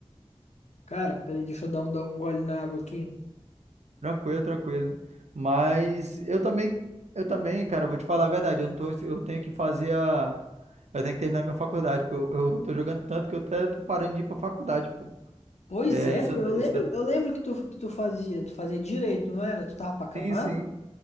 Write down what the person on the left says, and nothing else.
Cara, peraí, deixa eu dar um, dar um gole na água aqui.
Pois
é,
pô. Eu lembro,
eu lembro que tu, que tu fazia. Tu fazia direito, não era? Tu tava pra acabar?